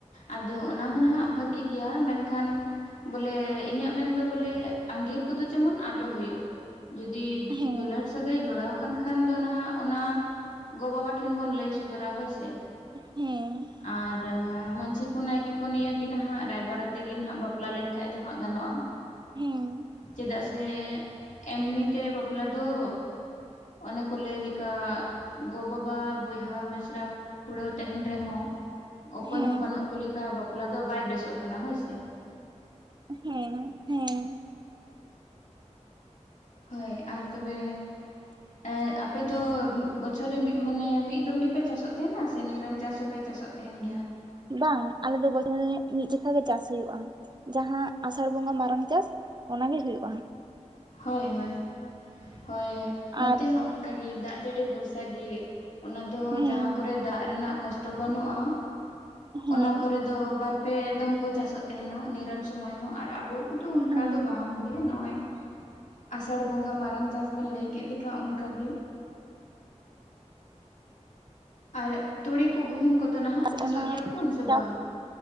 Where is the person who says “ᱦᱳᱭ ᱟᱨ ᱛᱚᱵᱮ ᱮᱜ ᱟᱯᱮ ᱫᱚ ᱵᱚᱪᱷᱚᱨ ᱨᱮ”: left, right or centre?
Left